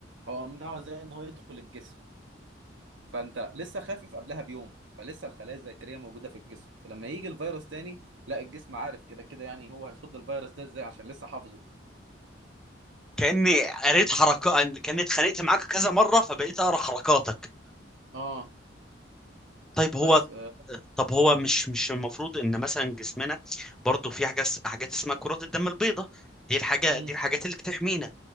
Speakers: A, on the right; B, in the centre.
A: او امنعه ازاي ان هو يدخل الجسم فانت لسه خافف قبلها بيوم فلسه الخلايا الذاكريه موجوده في الجسم فلما يجي الفيروس تاني لا الجسم عارف كده كده يعني هو هيصد الفيروس ده ازاي عشان لسه حافظه
B: كاني قريت حركات كاني اتخانقت معاك كذا مره فبقيت اقرا حركاتك
A: اه
B: طيب هو
A: بس آه.
B: طب هو مش مش المفروض ان مثلا جسمنا برضو في حاجه اس- حاجات اسمها كرات الدم البيضاء دي الحاجه
A: مم.
B: دي الحاجات اللي بتحمينا